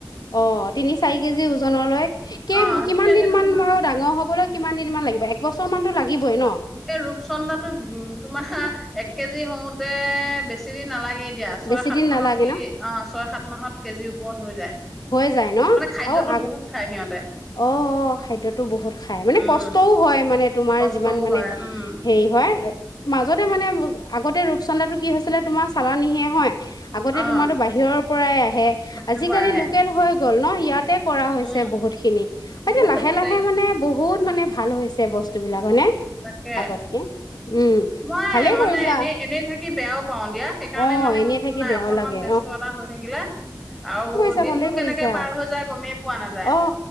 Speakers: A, on the left; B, in the centre.
A: অ তিনি চাৰি কেজি ওজনলৈ কে
B: অ
A: কিমান
B: তেতিয়া
A: দিন
B: সেইটো
A: মান
B: তোমাৰ
A: বাৰু ডাঙৰ হবলৈ কিমান দিনমান লাগিব একবছৰমানতো লাগিবই ন
B: এই ৰূপচন্দাটো উম তোমাহ এক কেজি হওঁতে বেছি দিন নালাগে দিয়া ছয়
A: বেছি
B: সাত
A: দিন নালাগে
B: মাহত সি
A: ন
B: অ ছয় সাত মাহত কেজিৰ ওপৰত হৈ যায়
A: হৈ যায় ন
B: মানে খাদ্যটো
A: আৰু আগ
B: বহুত খায় সিহঁতে
A: অ অ খাদ্যটো বহুত খাই মানে
B: উম
A: কষ্টও হয় মানে তোমাৰ
B: কষ্টও
A: যিমান মানে
B: হয় উম
A: হেৰি হোৱাত এ মাজতে মানে আগতে ৰূপচন্দা টো কি হৈছিলে তোমাৰ চালানীহে হয় আগতে
B: অ
A: তোমাতো বাহিৰৰ পৰাই আহে
B: বাহিৰৰ
A: আজিকালি
B: পৰা আহে
A: লোক হৈ গ'ল ন ইয়াতে কৰা হৈছে
B: উম
A: বহুত খিনি এতিয়া
B: বহুতে
A: লাহে
B: ফিচাৰী
A: লাহে মানে বহুত বহুত মানে ভাল হৈছে বস্তুবিলাক হয়নে
B: তাকে
A: আগতকে উম
B: মই
A: ভালে
B: মানে
A: কৰিছা
B: এনে এনেই থাকি বেয়াও পাও দিয়া সেইকাৰণে
A: অ
B: মানে
A: এনে
B: মোৰতো
A: থাকি
B: নাই
A: বেয়াও
B: অকনমান
A: লাগে
B: ব ব্যস্ত এটা হৈ থাকিলে আৰু
A: যি কৰিছা
B: দিনটো
A: ভালে কৰিছা
B: কেনেকে পাৰ হৈ যায় গমেই পোৱা নাযায়
A: অ